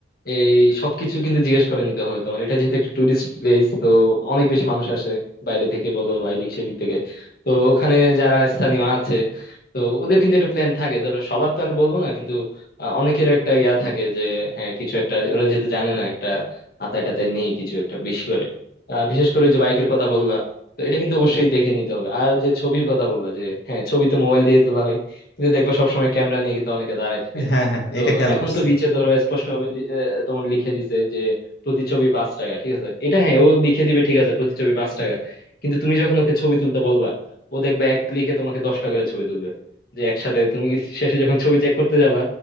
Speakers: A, on the left; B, on the left.
A: এই সবকিছু কিন্তু জিজ্ঞেস করে নিতে হবে তোমার এটা যেহেতু একটা টুরিস্ট প্লেস তো অনেক বেশি মানুষ আসে বাইরে থেকে বলো বা এদিক সেদিক থেকে তো ওখানে যারা স্থানীয় আছে তো ওদের কিন্তু একটা প্ল্যান থাকে ধরো সবার তো আর বলবো না কিন্তু আহ, অনেকের একটা ইয়া থাকে যে হ্যাঁ কিছু একটা ওরা যেহেতু জানে না একটা আতায় টাতায় নেই কিছু একটা বেশি করে আহ, বিশেষ করে ওই যে বাইকের কথা বললা তো এটা কিন্তু অবশ্যই দেখে নিতে হবে আর যে ছবির কথা বললা যে হ্যাঁ ছবি তো মোবাইল দিয়ে তোলা হয় কিন্তু দেখবা সবসময় ক্যামেরা নিয়ে কিন্তু অনেকে দাঁড়ায় থাকে
B: হ্যাঁ হ্যাঁ
A: তো
B: এটা খেয়াল
A: এখন
B: করছি
A: তো বিচে ধরো স্পষ্ট ভাবে তোমার লিখে দিছে যে প্রতিছবি পাঁচ টাকা ঠিক আছে এটা হ্যাঁ ও লিখে দিবে ঠিক আছে প্রতিছবি পাঁচ টাকা কিন্তু তুমি যখন ওকে ছবি তুলতে বলবা ও দেখবে এক ক্লিকে তোমাকে দশটা করে ছবি তুলবে যে একসাথে তুমি শেষে যখন ছবি চেক করতে যাবা